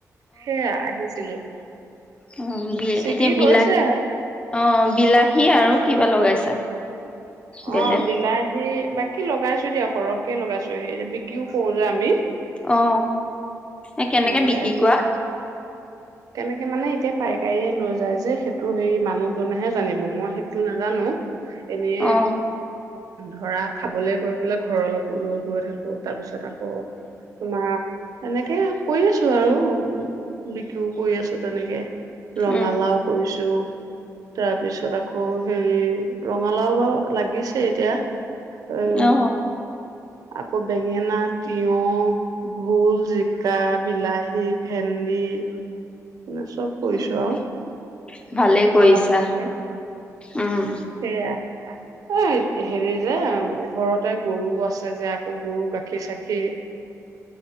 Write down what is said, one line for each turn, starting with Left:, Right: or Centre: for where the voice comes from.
Right: সেয়া আহিছিলো।
Left: অহ, বি
Right: ছিগি
Left: এতিয়া বিলাহী
Right: হৈছে
Left: অ', বিলাহী আৰু কিবা লগাইছা। বেলেগ
Right: অ', বিলাহী বাক কি লগাইছো দিয়া সৰহকে লগাইছো সেই বিক্ৰীও কৰোঁ যে আমি।
Left: অ এ কেনেকে
Right: বিলাহী
Left: বিক্ৰী কৰা?
Right: কেনেকে মানে এতিয়া পাইকাৰীয়ে লৈ যায় যে সেইটো হেৰি মানুহজনেহে জানিব মই সেইটো নাজানো। এনেই
Left: অ
Right: ধৰা খাবলৈ গৈ বোলে ঘৰলৈকো লৈ গৈ থাকো তাৰ পিছত আকৌ তোমাৰ এনেকে কৰি আছো আৰু উম। বিক্ৰীও কৰি আছো তেনেকে। ৰঙালাও
Left: উম
Right: কৰিছো। তাৰপিছত আকৌ হেৰি ৰঙালাও বাৰু লাগিছে এতিয়া। উম।
Left: অ
Right: আকৌ বেঙেনা, তিয়হ, ভোল, জিকা, বিলাহী, ভেন্দি মানে চব কৰিছো
Left: উম
Right: আৰু
Left: ভালে কৰিছা
Right: অলপ অলপকে
Left: উম
Right: সেয়া এ হেৰি যে ঘৰতে গৰু আছে যে আকৌ গৰু গাখীৰ চাখি